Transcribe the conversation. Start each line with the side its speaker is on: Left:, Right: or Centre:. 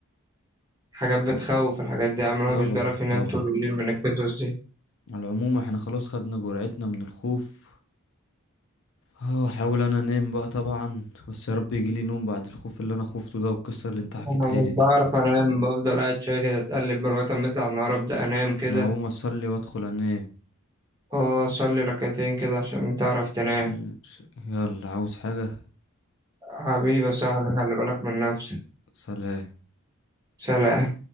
Right: حاجات بتخوف الحاجات دي يا عم الواحد
Left: طبعا
Right: مش بيعرف ينام
Left: طبعا
Right: طول الليل من القصص دي
Left: على العموم احنا خلاص خدنا جرعتنا من الخوف اه احاول انا انام بقى طبعا بس يا رب يجيلي نوم بعد الخوف اللي انا خفته ده والقصه اللي انت حكيتها
Right: انا مش
Left: لي دي
Right: بعرف انام بفضل قاعد شويه كده اتقلب من لغايه ما يطلع النهار ابدا انام كده
Left: انا هقوم اصلي وادخل انام
Right: اه صلي ركعتين كده عشان تعرف تنام
Left: مم. يلا عاوز حاجه
Right: حبيبي يا صاحبي خلي بالك من نفسك
Left: سلام
Right: سلام